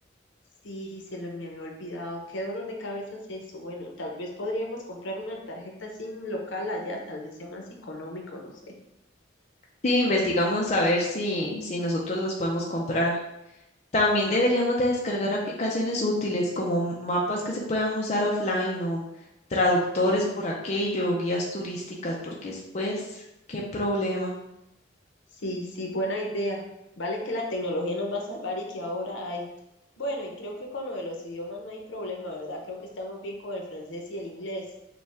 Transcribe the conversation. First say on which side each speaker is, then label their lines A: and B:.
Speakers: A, on the left (about 70°); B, on the left (about 35°).
A: Sí, se lo, me había olvidado. Qué dolor de cabeza es eso. Bueno, tal vez podríamos comprar una tarjeta SIM local allá, tal vez sea más económico, no sé.
B: Sí, investigamos a ver si, si nosotros los podemos comprar. También deberíamos de descargar aplicaciones útiles como mapas que se puedan usar offline o traductores por aquello, guías turísticas, porque después, qué problema.
A: Sí, sí, buena idea. Vale que la tecnología nos va a salvar y que ahora hay. Bueno, y creo que con lo de los idiomas no hay problema, ¿verdad? Creo que estamos bien con el francés y el inglés.